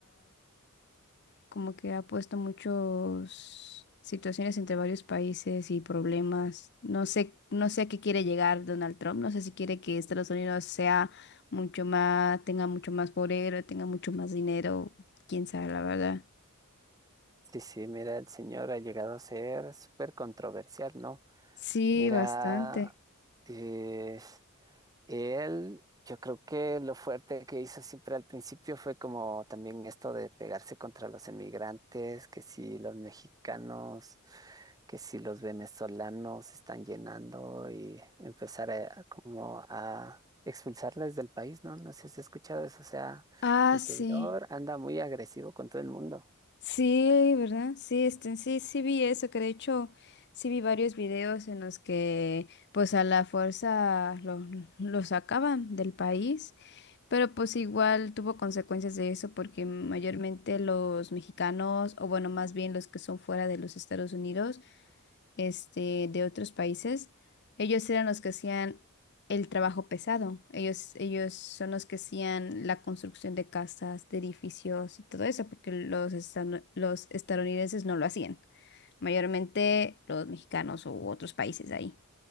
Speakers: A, on the left; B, on the right.
A: como que ha puesto muchas situaciones entre varios países y problemas. No sé, no sé a qué quiere llegar Donald Trump, no sé si quiere que Estados Unidos sea mucho más, tenga mucho más poder, tenga mucho más dinero, quién sabe, la verdad.
B: sí, sí, mira, el señor ha llegado a ser súper controversial, ¿no?
A: Sí,
B: Mira,
A: bastante.
B: eh, Él, yo creo que lo fuerte que hizo siempre al principio fue como también esto de pegarse contra los emigrantes, que si los mexicanos, que si los venezolanos están llenando y empezar a, a como a expulsarles del país, ¿no? No sé si has escuchado eso, o sea,
A: Ah,
B: el
A: sí.
B: señor anda muy agresivo con todo el mundo.
A: Sí, ¿verdad? Sí, este, sí, sí vi eso, que de hecho sí vi varios videos en los que pues a la fuerza lo, lo sacaban del país. Pero pues igual tuvo consecuencias de eso porque mayormente los mexicanos, o bueno, más bien los que son fuera de los Estados Unidos, este, de otros países, ellos eran los que hacían el trabajo pesado. Ellos, ellos son los que hacían la construcción de casas, de edificios y todo eso, porque los, estano- los estadounidenses no lo hacían. Mayormente los mexicanos u otros países ahí.